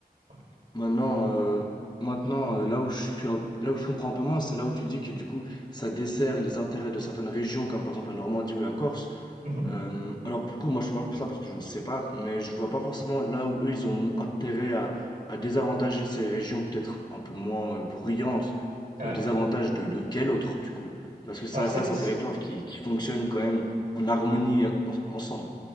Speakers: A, on the right (about 65°); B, on the left (about 25°).
A: Voilà.
B: Maintenant, euh, maintenant euh, là où je suis un- là où je comprends un peu moins, c'est là où tu dis que, du coup, ça dessert les intérêts de certaines régions, comme par exemple la Normandie ou la Corse.
A: Mhm.
B: Euh, alors pour le coup, moi je te demande pour ça parce que je ne sais pas, mais je vois pas forcément là où eux ils ont intérêt à, à désavantager ces régions peut-être un peu moins euh, bruyantes
A: Ouais.
B: au désavantage de, de quel autre du coup? Parce que ça,
A: Alors c'est
B: ça c'est un territoire qui, qui fonctionne quand même en harmonie en- ensemble.